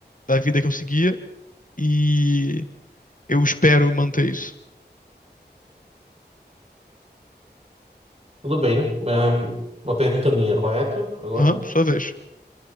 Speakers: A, on the left (about 50°); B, on the right (about 35°).
A: da vida que eu seguia e eu espero manter isso.
B: tudo bem. Ahn, uma pergunta minha, correto? Agora.
A: Aham, sua vez.